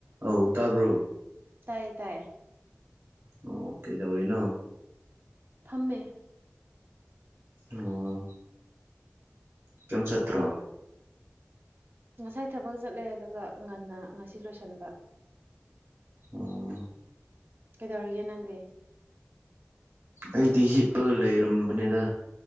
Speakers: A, on the right (about 70°); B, on the right (about 50°).
A: ꯑꯧ ꯇꯥꯕ꯭ꯔꯣ
B: ꯇꯥꯏꯌꯦ ꯇꯥꯏꯌꯦ
A: ꯑꯣ ꯀꯩꯗꯧꯔꯤꯅꯣ
B: ꯐꯝꯃꯦ
A: ꯑꯣ ꯀꯩꯝ ꯆꯠꯇ꯭ꯔꯣ
B: ꯉꯁꯥꯏ ꯊꯕꯛ ꯆꯠꯂꯦ ꯑꯗꯨꯒ ꯉꯟꯅ ꯉꯁꯤ ꯂꯣꯏꯁꯤꯟꯕ
A: ꯎꯝ
B: ꯀꯩꯗꯧꯔꯤꯒꯦ ꯅꯪꯗꯤ
A: ꯑꯩꯗꯤ ꯍꯤꯞꯄꯒ ꯂꯩꯔꯝꯕꯅꯤꯗ